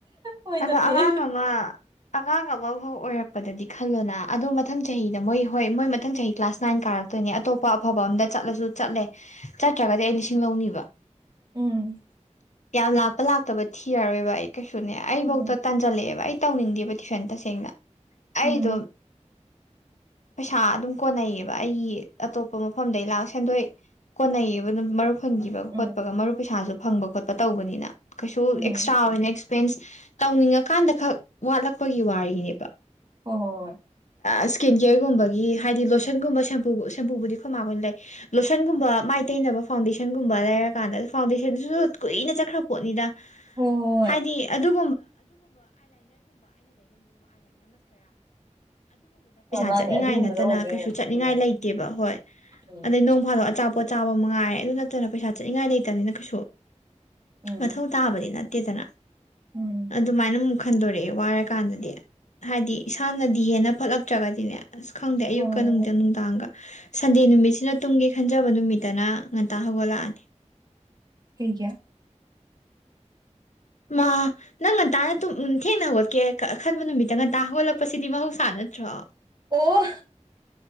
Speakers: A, on the right (about 35°); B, on the left (about 70°).
A: ꯑꯣꯏꯗꯕꯅꯦ
B: ꯑꯗꯣ ꯑꯉꯥꯡ ꯑꯃ ꯑꯉꯥꯡ ꯑꯃꯐꯥꯎ ꯑꯣꯏꯔꯛꯄꯗꯗꯤ ꯈꯜꯂꯣꯅ ꯑꯗꯣ ꯃꯊꯪ ꯆꯍꯤꯗ ꯃꯣꯏ ꯍꯣꯏ ꯃꯣꯏ ꯃꯊꯪ ꯆꯍꯤ ꯀ꯭ꯂꯥꯁ ꯅꯥꯏꯟ ꯀꯥꯔꯛ ꯑꯗꯨꯅꯦ ꯑꯇꯣꯞꯄ ꯑꯐꯕ ꯑꯝꯗ ꯆꯠꯂꯁꯨ ꯆꯠꯂꯦ ꯆꯠꯇ꯭ꯔꯒꯗꯤ ꯑꯩ ꯂꯤꯁꯤꯡ ꯂꯧꯅꯤꯕ
A: ꯎꯝ
B: ꯌꯥꯝ ꯂꯥꯛꯄ ꯂꯥꯛꯇꯕ ꯊꯤꯔꯔꯣꯏꯕ ꯑꯩ ꯀꯩꯁꯨꯅꯦ ꯑꯩꯐꯧꯗ
A: ꯎꯝ
B: ꯇꯥꯟꯖꯜꯂꯛꯑꯦꯕ ꯑꯩ ꯇꯧꯅꯤꯡꯗꯦꯕ ꯇꯨꯋꯏꯁꯟ ꯇꯁꯦꯡꯅ
A: ꯎꯝ
B: ꯑꯩꯗꯣ ꯄꯩꯁꯥ ꯑꯗꯨꯝ ꯀꯣꯟꯅꯩꯌꯦꯕ ꯑꯩꯒꯤ ꯑꯇꯣꯞꯄ ꯃꯐꯝꯗꯩ ꯂꯥꯛ ꯁꯦꯟꯗꯣꯏ ꯀꯣꯟꯅꯩꯌꯦꯕ ꯑꯗꯨꯝ ꯃꯔꯨꯞ ꯐꯪꯈꯤꯕ
A: ꯎꯝ
B: ꯈꯣꯠꯄꯒ ꯃꯔꯨ ꯄꯩꯁꯥꯁꯨ ꯐꯪꯕ ꯈꯣꯠꯄ ꯇꯧꯕꯅꯤꯅ ꯀꯩꯁꯨ
A: ꯎꯝ
B: ꯑꯦꯛꯁꯇ꯭ꯔꯥ ꯑꯣꯏꯅ ꯐꯦꯟꯁ ꯇꯧꯅꯤꯡꯉꯀꯥꯟꯗ ꯈꯛ ꯋꯥꯠꯂꯛꯄꯒꯤ ꯋꯥꯔꯤꯅꯦꯕ
A: ꯍꯣꯏ ꯍꯣꯏ
B: ꯏꯁꯀꯤꯟ ꯀꯦꯌꯔꯒꯨꯝꯕꯒꯤ ꯍꯥꯏꯗꯤ ꯂꯣꯁꯟꯒꯨꯝꯕꯨ ꯁꯦꯝꯄꯨꯕꯨꯗꯤ ꯈꯃꯥꯡꯈ ꯑꯣꯏꯅ ꯂꯩ ꯂꯣꯁꯟꯒꯨꯝꯕ ꯃꯥꯏ ꯇꯩꯅꯕ ꯐꯥꯎꯟꯗꯦꯁꯟꯒꯨꯝꯕ ꯂꯩꯔꯀꯥꯟꯗ ꯐꯥꯎꯟꯗꯦꯁꯟꯗꯨꯁꯨ ꯀꯨꯏꯅ ꯆꯠꯈ꯭ꯔ ꯄꯣꯠꯅꯤꯗ
A: ꯍꯣꯏ ꯍꯣꯏ ꯍꯣꯏ
B: ꯍꯥꯏꯗꯤ <unintelligible> ꯄꯩꯁꯥ
A: ꯍꯣꯏ ꯃꯥꯅꯦ
B: ꯆꯠꯅꯤꯡꯉꯥꯏ
A: ꯑꯗꯨꯒꯨꯝꯕꯗ
B: ꯅꯠꯇꯅ
A: ꯑꯣꯏꯗꯣꯏꯅꯦ
B: ꯀꯩꯁꯨ ꯆꯠꯅꯤꯡꯉꯥꯏ
A: ꯎꯝ
B: ꯂꯩꯇꯦꯕ ꯍꯣꯏ
A: ꯎꯝ
B: ꯑꯗꯩ ꯅꯣꯡ ꯐꯥꯗꯣꯛ ꯑꯆꯥꯄꯣꯠ ꯆꯥꯕ ꯃꯉꯥꯏ ꯑꯗꯨ ꯅꯠꯇꯅ ꯄꯩꯁꯥ ꯆꯠꯅꯤꯡꯉꯥꯏ ꯂꯩꯇꯕꯅꯤꯅ ꯀꯩꯁꯨ
A: ꯎꯝ
B: ꯃꯊꯧ ꯇꯥꯕꯗꯤ ꯅꯠꯇꯦꯗꯅ
A: ꯎꯝ
B: ꯑꯗꯨꯃꯥꯏꯅ ꯑꯃꯨꯛ ꯈꯟꯗꯣꯔꯛꯑꯦ ꯋꯥꯔ ꯀꯥꯟꯗꯗꯤ ꯍꯥꯏꯗꯤ ꯏꯁꯥꯅꯗꯤ ꯍꯦꯟꯅ ꯐꯠꯂꯛꯇ꯭ꯔꯒꯗꯤꯅꯦ ꯑꯁ ꯈꯪꯗꯦ ꯑꯌꯨꯛꯀ
A: ꯍꯣꯏ ꯍꯣꯏ ꯍꯣꯏ
B: ꯅꯨꯡꯗ ꯅꯨꯡꯗꯥꯡꯒ ꯁꯟꯗꯦ ꯅꯨꯃꯤꯠꯁꯤꯅ ꯇꯨꯡꯒꯤ ꯈꯟꯖꯕ ꯅꯨꯃꯤꯠꯇꯅ ꯉꯟꯇ ꯍꯧꯒꯠꯂꯛꯑꯅꯤ
A: ꯍꯦꯡ ꯀꯌꯥ
B: ꯃꯥ ꯅꯪ ꯉꯟꯇꯥꯅ ꯊꯦꯡꯅ ꯍꯧꯒꯠꯀꯦ ꯑ ꯈꯟꯕ ꯅꯨꯃꯤꯠꯇ ꯉꯟꯇꯥ ꯍꯧꯒꯠꯂꯛꯄꯁꯤꯗꯤ ꯃꯍꯧꯁꯥ ꯅꯠꯇ꯭ꯔꯣ
A: ꯑꯣ